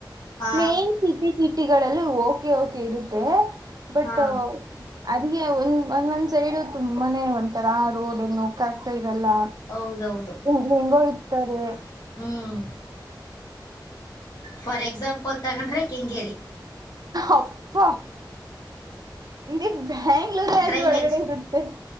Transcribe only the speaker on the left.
ಹ
ಹಾ
ಹೌದೌದು
ಹ್ಮ್ ಫಾರ್ ಎಕ್ಸಾಂಪಲ್ ತಗೊಂಡ್ರೆ ಕೆಂಗೇರಿ
ಡ್ರೈನೇಜ್